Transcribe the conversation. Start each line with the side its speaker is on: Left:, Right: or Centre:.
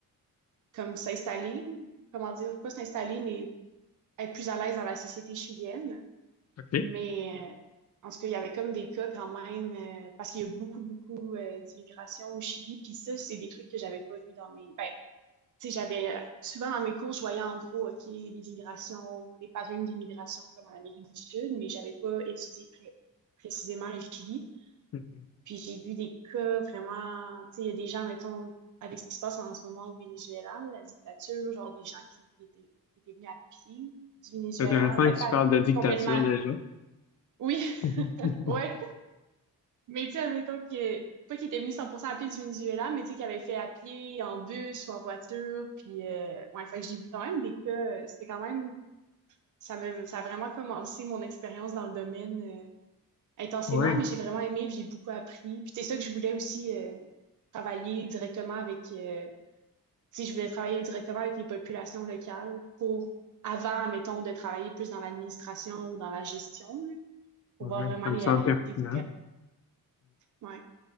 Right: comme s'installer, comment dire, pas s'installer, mais être plus à l'aise dans la société chilienne.
Left: OK.
Right: Mais euh, en tout cas, il y avait comme des cas quand même, euh, parce qu'il y a beaucoup, beaucoup euh, d'immigration au Chili. Puis ça, c'est des trucs que j'avais pas vu dans mes... Ben, tu sais, j'avais... Souvent dans mes cours, je voyais en gros, OK, l'immigration, les patterns d'immigration comme en Amérique du Sud, mais j'avais pas étudié pré- précisément le Chili.
Left: Mhm.
Right: Puis j'ai vu des cas vraiment, tu sais, il y a des gens, mettons, avec ce qui se passe en ce moment au Venezuela, la dictature, genre des gens qui, qui étaient, qui étaient venus à pied du Venezuela.
Left: C'est intéressant
Right: Ben,
Left: que
Right: pas
Left: tu parles
Right: à pied,
Left: de dictature
Right: complètement.
Left: déjà.
Right: Oui,
Left: <laughs>
Right: <laughs> ouais. Mais tu sais, admettons que, pas qu'ils étaient venus 100% à pied du Venezuela, mais tu sais, qu'ils avaient fait à pied, en bus ou en voiture. Puis, euh, ouais, fait que j'ai vu quand même des cas, euh, c'était quand même, ça me, ça a vraiment commencé mon expérience dans le domaine, euh, intensément,
Left: Oui,
Right: mais j'ai vraiment aimé, puis j'ai beaucoup appris. Puis c'est ça que je voulais aussi euh, travailler directement avec, euh, tu sais, je voulais travailler directement avec les populations locales pour, avant, mettons, de travailler plus dans l'administration ou dans la gestion, là, pour
Left: oui,
Right: voir vraiment
Left: ça
Right: les
Left: me semble
Right: réalités
Left: pertinent.
Right: du terrain. Ouais.